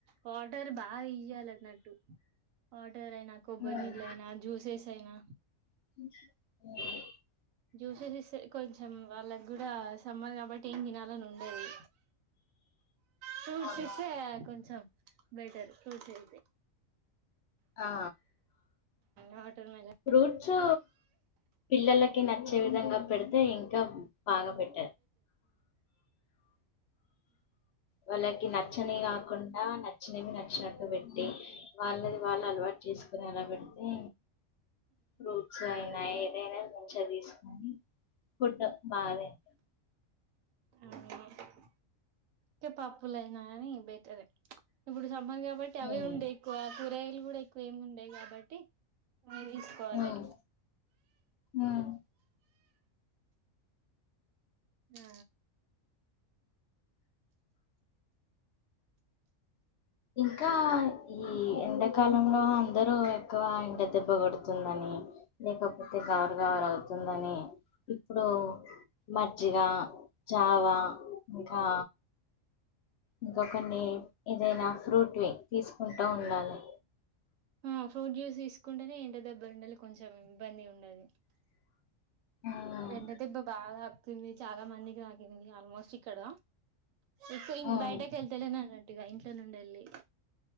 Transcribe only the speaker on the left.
ఉమ్,
అ
అవును
ఆ
ఫ్రూట్స్ పిల్లలకి న చ్చే విధంగా పెడితే ఇంకా బాగ బెటర్ వాళ్ళకి నచ్చనివి కాకుండా నచ్చినవి నచ్చినట్టు పెట్టి వాళ్ళది వాళ్ళ అలవాటు చేసుకోని అలా పెడితే ఫ్రూట్స్ అయినా ఏదైనా చ్చిగా తీసుకొని ఫుడ్ బాగా తిం
ఉమ్
ఉమ్ ఉమ్
ఇంకా ఈ ఎండాకాలంలో అందరు ఎక్కువ ఎండ దెబ్బ కొడుతుందని లేకపోతే గవర్ గవర్ అవుతుందని ఇప్పుడు మజ్జిగ చావా ఇంకా ఇంకా కొన్ని ఏదైనా ఫ్రూట్వి తీసుకుంటా ఉండాలి
ఉమ్,
ఉమ్,